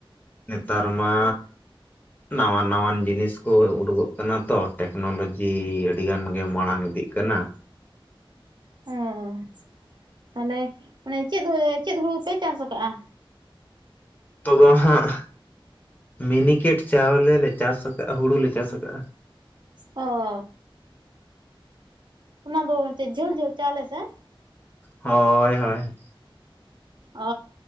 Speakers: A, on the left; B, on the right.
A: ᱱᱮᱛᱟᱨ ᱢᱟ ᱱᱟᱣᱟ ᱱᱟᱣᱟᱱ ᱡᱤᱱᱤᱥ ᱠᱚ ᱩᱰᱩᱠᱚᱜ ᱠᱟᱱᱟ ᱛᱚ ᱴᱮᱠᱱᱳᱞᱚᱡᱤ ᱟᱹᱰᱤ ᱜᱟᱱ ᱜᱮ ᱢᱟᱲᱟᱝ ᱤᱫᱤᱜ ᱠᱟᱱᱟ ᱾
B: <inaudible> ᱛᱟᱦᱚᱞᱮ ᱢᱟᱱᱮ ᱪᱮᱫ ᱦᱳᱭ ᱪᱮᱫ ᱦᱩᱲᱩ ᱯᱮ ᱪᱟᱥ ᱟᱠᱟᱫ-ᱟ?
A: ᱛᱚᱵᱮ ᱦᱟᱸᱜ ᱢᱤᱱᱤᱠᱮᱴ ᱪᱟᱣᱞᱮ ᱞᱮ ᱪᱟᱥ ᱟᱠᱟᱜ-ᱟ ᱦᱩᱲᱩ ᱞᱮ ᱪᱟᱥ ᱟᱠᱟᱜ-ᱟ᱾
B: ᱚ ᱾ ᱚᱱᱟ ᱫᱚ ᱪᱮᱜ ᱡᱷᱟᱹᱞ ᱡᱷᱟᱹᱞ ᱪᱟᱹᱣᱞᱮ ᱥᱮ?
A: ᱦᱳᱭ ᱦᱳᱭ ᱾
B: ᱚ ᱾